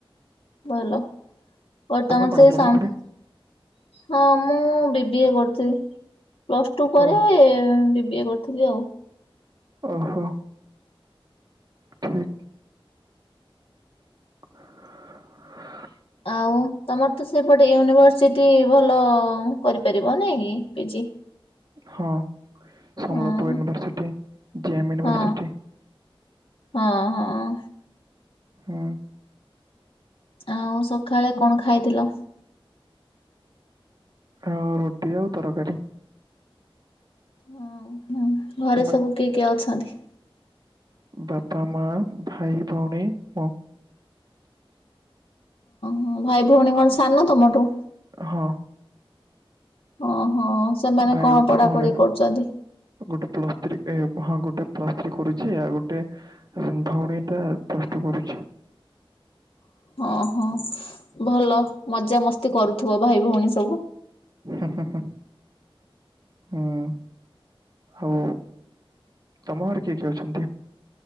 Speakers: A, on the left; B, on the right.
A: ଭଲ ଓ
B: ତମେ
A: ତମର
B: କଣ
A: ସେଇ
B: ପଢ଼ାପଢ଼ି
A: ସମ୍ ହଁ ମୁଁ ବିି ବି ଏ କରଥିଲି ପ୍ଲସ୍ ଟୁ ପରେ
B: ଓ
A: ଏ ବି ବିଏ କରଥିଲି ଆଉ।
B: ଓହୋ ଠିକ୍। ଅହୋ
A: ଆଉ ତମର ତ ସେପଟେ ୟୁନିଭର୍ସିଟି ଭ ଲ କରିପାରିବ ନାଇଁ କି ପିଜି।
B: ହଁ ସମ୍ବଲପୁର
A: ହଁ
B: ୟୁନିଭର୍ସିଟି, ଜେ ଏମ୍ ୟୁନିଭର୍ସିଟି।
A: ହଁ ହଁ ହଁ।
B: ହୁଁ।
A: ଆଉ ସଖାଳେ କଣ ଖାଇଥିଲ?
B: ଖାଅ ରୁଟି ଆଉ ତରକାରୀ।
A: ହଁ ହଁ ଘରେ
B: ତୁମେ
A: ସବୁ କିଏ କିଏ ଅଛନ୍ତି?
B: ବାପା, ମା, ଭାଇ, ଭୋଉଣୀ ମୁଁ।
A: ହୁଁ ଭାଇ, ଭୋଉଣୀ କଣ ସାନ ତମଠୁ?
B: ହଁ।
A: ଓହୋ ସେମାନେ
B: ଭାଇ
A: କଣ
B: ଗୋଟେ
A: ପଢାପଢି
B: ଭଉଣୀ
A: କରୁଚନ୍ତି?
B: ଗୋଟେ ପ୍ଲସ୍ ଥ୍ରୀ ଏ ହଁ ଗୋଟେ ପ୍ଲସ୍ ଥ୍ରୀ କରୁଛି ଆଉ ଗୋଟେ ହୁଁ ଭୋଉଣୀଟା ପ୍ଲସ୍ ଟୁ ପଢୁଛି।
A: <inaudible> ଓହୋ ଭଲ ମଜା ମସ୍ତି କରୁଥୁବ ଭାଇ, ଭୋଉଣୀ ସବୁ।
B: ହୁଁ ହୁଁ ହୁଁ। ହୁଁ ହୋଉ ତମ ଘରେ କିଏ କିଏ ଅଛନ୍ତି?